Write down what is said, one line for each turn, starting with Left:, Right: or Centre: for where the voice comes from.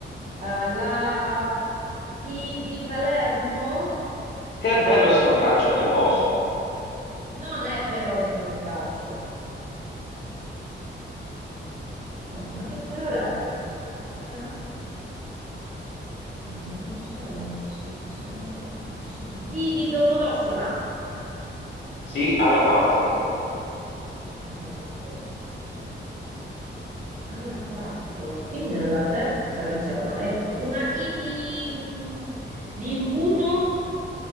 Right: Ah, La P di Palermo?
Left: Che bello sto braccio peloso.
Right: Non è peloso il mio braccio. Oddio, ma che parola è? Ca... La B non c'è, la C c'è, la B, C, D di Domodossola?
Left: Sì, alla 4.
Right: Alla 4, alla 4. E quindi nella terza che c'è una lettera, una I di, mm, di imbuto,